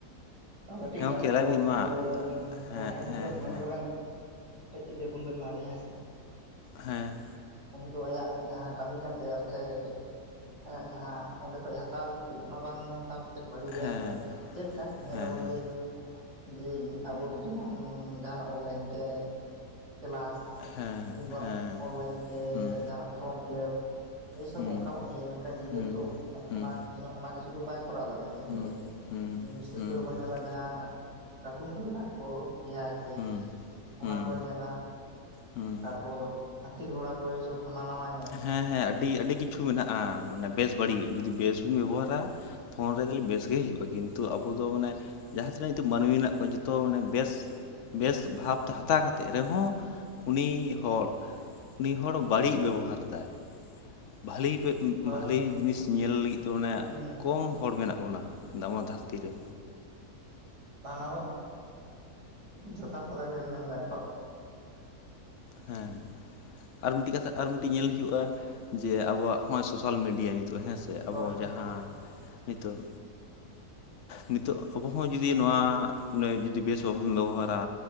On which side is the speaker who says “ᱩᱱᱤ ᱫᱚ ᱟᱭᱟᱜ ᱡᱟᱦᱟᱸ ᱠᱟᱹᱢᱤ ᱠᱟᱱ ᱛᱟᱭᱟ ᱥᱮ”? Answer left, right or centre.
Right